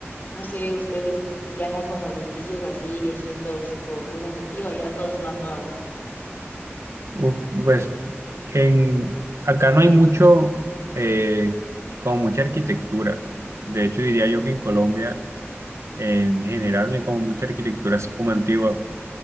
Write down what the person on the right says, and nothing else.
Uf, pues en, acá no hay mucho, eh, como mucha arquitectura. De hecho, diría yo que en Colombia, en general, no hay como mucha arquitectura así como antigua.